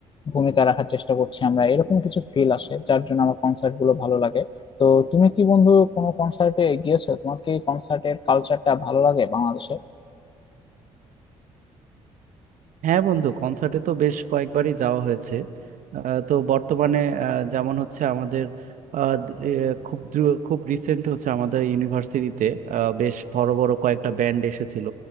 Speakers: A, on the left; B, on the right.
A: ভূমিকা রাখার চেষ্টা করছি আমরা এরকম কিছু ফিল আসে যার জন্য আমার কনসার্ট গুলো ভালো লাগে তো তুমি কি বন্ধু কোনো কনসার্টে গিয়েছো তোমার কি কনসার্টের কালচারটা ভালো লাগে বাংলাদেশে
B: হ্যাঁ বন্ধু কনসার্টে তো বেশ কয়েকবারই যাওয়া হয়েছে আহ, তো বর্তমানে আহ, যেমন হচ্ছে আমাদের আহ, দ- এ, খুব দ্রু- খুব রিসেন্ট হচ্ছে আমাদের ইউনিভার্সিটিতে আহ, বেশ বড় বড় কয়েকটা ব্যান্ড এসেছিল